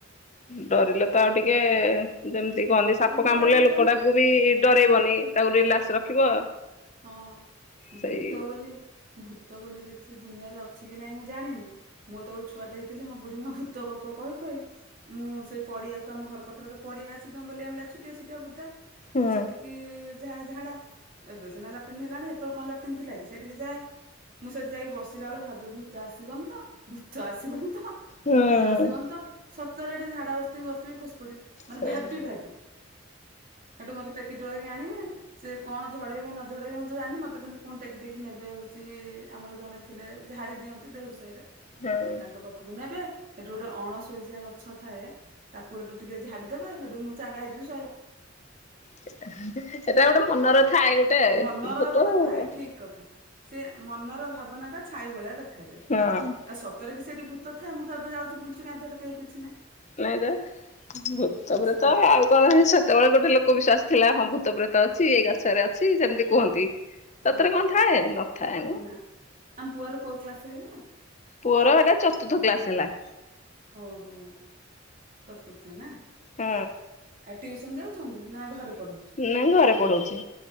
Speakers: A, on the left (about 35°); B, on the right (about 45°).
A: ଡରିଲେ ତ ଆଉ ଟିକେ ଯେମିତି କହନ୍ତି ସାପ
B: ଦୁର୍ବଳ
A: କାମୁଡିଲେ
B: ହେଇଯିବ
A: ଲୋକଟାକୁ
B: ପା
A: ବି ଡରଇବନି
B: ହଁ
A: ତାକୁ ରିଲାସ୍କ
B: ହଁ ପା।
A: ରଖିବ।
B: ହଁ
A: ସେଇ
B: ଭୂତ ବୋଲି ଭୂତ ବୋଲି କିଛି ଦୁନିଆରେ ଅଛି କି ନାହିଁ ମୁଁ ଜାଣିନି। ମୁଁ ଯେତେବେଳେ ଛୁଆଟେ ହେଇଥିଲି ମୋ ବୁଢୀ ମା ଭୂତ ଗପ କହି କହି ମୁଁ ସେଇ ପଡିଆକୁ ଆମ ଘର ପାଖରେ ଗୋଟେ ପଡିଆ ଅଛି ଜଙ୍ଗଲି ଭଳିଆ ଛୋଟିଆ ଛୋଟିଆ ବୁଦା
A: ହୁଁ
B: ମୁଁ ସେଠିକି ଯାହେ ଝାଡା ଏବେ ସିନା ଲାଟନୀ ହେଲାଣି ସେତବେଳେ କଣ ଲା ସେମିତି ଥିଲା କି ସେଠିକି ଯାଏ ମୁଁ ସେଠି ଯାଇକି ବସିଲା ବେଳ ଭାବେ ଭୂତ ଆସିବନି ତ ଭୂତ ଆସିବନି ତ
A: ହୁଁ
B: ଭୂତ ଆସିବନି ତ ସତରେ ଏଠି ଝାଡା ବସିଥିବି ବସିଥିବି ଖସି ପଡିବି। ମାନେ
A: ସେଇ
B: ଭାବି ଭାବି ସେଠୁ ମତେ ଟେକି ଟୋକା କି ଆଣିବେ ସେ କଣ ଝଡେଇବେ ନ ଝଡେବେ ମୁଁ ତ ଜାଣିନି ମତେ କିନ୍ତୁ ପୁଣି ଟେକି ଟେକି ନେବେ ହଉଛି ଆମର ଜଣେ ଥିଲେ ଝାଡି ଦିଅନ୍ତି ଦେହୁରି ସାହି ରେ
A: ହଁ।
B: ତାଙ୍କ ପାଖକୁ ନେବେ ସେଠୁ ଗୋଟେ ଅଣସୋରିଷିଆ ଗଛ ଥାଏ। ତାକୁ ଏଠୁ ଟିକେ ଝାଡ଼ି ଦେବେ ସେଠୁ ମୁଁ ଚାଙ୍ଗା ହେଇଯିବି ଶଇଲା।
A: ସେଟା ଗୋଟେ ମନର ଥାଏ ଗୋଟେ
B: ମନର
A: ଭୂତ
B: ଗୋଟେ
A: ହଁ
B: ଥାଏ ଠିକ୍ କଥା ସେ ମନର ଭାବନା ଟା ଛାଇ ଭଳିଆ ଦେଖାଯାଏ
A: ନାଇଁ
B: ଆସ ଯଦି କି ସେଇଠି ଭୂତ ଥାଏ ମୁଁ ତ ଏବେ ଯାଉଛି ବୁଲୁଚି କାଁଇ ସେଠି କେହି କିଛି ନାହିଁ।
A: ନାଇଁ ତ ଭୂତପ୍ରେତ
B: ସେ ଗୋଟେ
A: ତ ଆଉ ସେତେବେଳେ ଗୋଟେ ଲୋକ ବିଶ୍ଵାସ ଥିଲା ହଁ ଭୂତପ୍ରେତ ଅଛି ଏଇ ଗଛରେ ଅଛି ସେମିତି କୁହନ୍ତି। ସତରେ
B: ହଁ
A: କଣ ଥାଏ ନଥାଏ ମ
B: ନା ଆମ ପୁଅର କୋଉ କ୍ଲାସ୍ ହେଲା?
A: ପୁଅର ଏଇଟା ଚତୁର୍ଥ କ୍ଲାସ୍ ହେଲା।
B: ଓହୋ ଚତୁର୍ଥ ନା?
A: ହୁଁ।
B: ଆଉ ଟ୍ଯୁଉସନ୍ ଯାଉଛନ୍ତି ନା ଘରେ ପଢୋଉଚ?
A: ନାଇଁ ଘରେ ପଢଉଛି